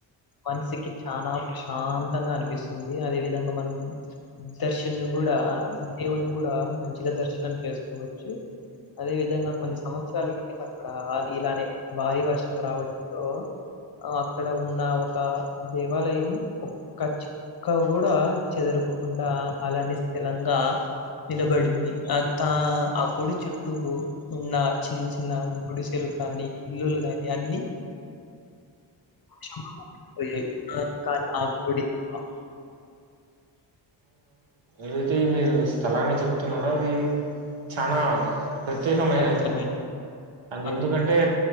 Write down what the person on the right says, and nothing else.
ఏంటి మీరు స్థలాన్ని చెప్తున్నారా అది చానా ప్రత్యేకమైనది,
అంత
ఎందుకంటే